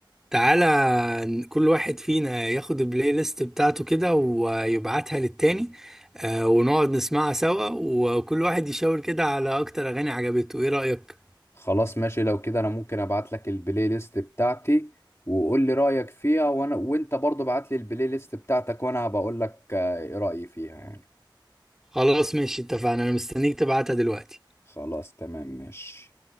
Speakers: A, in the centre; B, on the left.
A: تعالى ن- كل واحد فينا ياخد البلاي ليست بتاعته كده ويبعتها للتاني آه، ونقعد نسمعها سوا وكل واحد يشاور كده على اكتر اغاني عجبته ايه رأيك
B: خلاص ماشي لو كده انا ممكن ابعت لك البلاي ليست بتاعتي وقول لي رايك فيها وانا وانت برضو ابعت لي البلاي ليست بتاعتك وانا هبقول لك آه، ايه رايي فيها يعني
A: خلاص ماشي اتفقنا انا مستنيك تبعتها دلوقتي
B: خلاص تمام ماشي